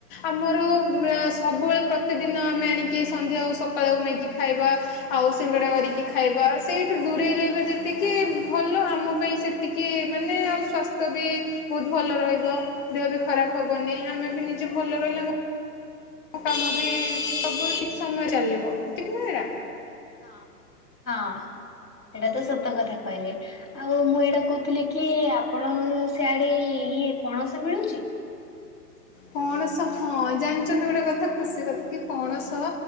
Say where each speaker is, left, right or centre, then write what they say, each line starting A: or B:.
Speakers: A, on the left; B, on the left.
A: ଆମର ସବୁବେଳେ ପ୍ରତିଦିନ ଆମେ ଆଣିକି ସନ୍ଧ୍ୟା ହଉ ସକାଳୁ ହଉ ମ୍ୟାଗି ଖାଇବା। ଆଉ ସିଙ୍ଗଡ଼ା <unintelligible> ଖାଇବା, ସେଇଠୁ ଦୂରେଇ ରହିବା ଯେତିକି ଭଲ ଆମ ପାଇଁ ସେତିକି ମାନେ ଆଉ <unintelligible> ବି ବହୁତ ଭଲ ରହିବ ଦେହ ବି ଖରାପ ହବନି, ଆମେ ବି ନିଜେ ଭଲ ରହିଲେ କାମ ବି ସବୁ ଠିକ୍ ସମୟରେ ଚାଲିବ। ଠିକ୍ ନୁହେଁ ଏଡା
B: ହଁ, ହଁ। ଏଇଟା ତ ସତ କଥା କହିଲେ। ଆଉ ମୁଁ ଏଇଟା କହୁଥିଲି କି ଆପଣ କ ସେଆଡେ ଇଏ ପଣସ ମିଳୁଛି
A: ପଣସ ହଁ ଜାଣିଛନ୍ତି, ଗୋଟେ କଥା ଖୁସି କଥା, କି ପଣସ